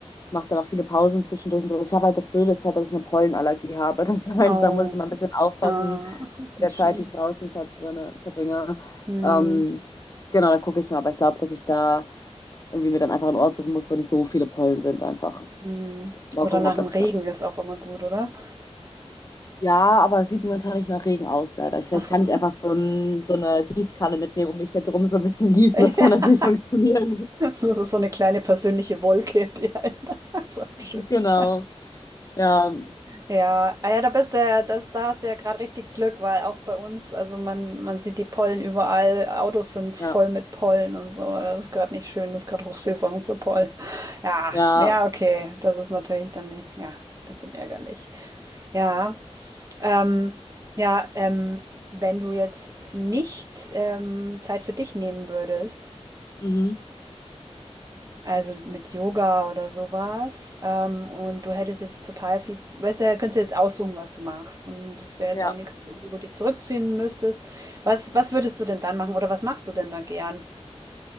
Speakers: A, on the left; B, on the right.
A: mache dann auch viele Pausen zwischendurch und so. Also Ich habe halt das Blöde ist halt, dass ich eine Pollenallergie habe. <laughs> Das heißt,
B: Oh,
A: da muss ich mal ein bisschen aufpassen,
B: ah, nicht
A: mit der
B: schön.
A: Zeit, die ich draußen verbrenne, verbringe.
B: Hm,
A: Ähm, genau, da gucke ich mal. Aber ich glaube, dass ich da irgendwie mir dann einfach einen Ort suchen muss, wo nicht so viele Pollen sind, einfach.
B: hm.
A: Mal
B: Oder
A: gucken,
B: nach
A: ob
B: dem
A: das
B: Regen
A: klappt.
B: ist auch immer gut, oder?
A: Ja, aber es sieht momentan nicht nach Regen aus, leider. Vielleicht
B: Ach so.
A: kann ich einfach so, ein, so eine Gießkanne mitnehmen und mich da drum so ein bisschen gießen.
B: <laughs>
A: Das
B: Ja,
A: kann natürlich funktionieren. <laughs>
B: das ist so eine kleine persönliche Wolke, die einen <laughs> so abschirmt.
A: Genau. Ja,
B: Ja, ah ja, da bist du ja, das, da hast du ja gerade richtig Glück, weil auch bei uns, also man, man sieht die Pollen überall, Autos sind voll
A: ja,
B: mit Pollen und so. Das ist gerade nicht schön, das ist gerade Hochsaison für Pollen. Ja,
A: ja.
B: ja, okay, das ist natürlich dann nicht, ja, ein bisschen ärgerlich. Ja, ähm, ja, ähm, wenn du jetzt nicht ähm, Zeit für dich nehmen würdest,
A: Mhm.
B: also mit Yoga oder sowas. Ähm, und du hättest jetzt total viel, weißt du, ja, könntest du jetzt aussuchen, was du machst. Und das wäre jetzt
A: Ja.
B: auch nichts, wo du dich zurückziehen müsstest. Was, was würdest du denn dann machen oder was machst du denn da gern?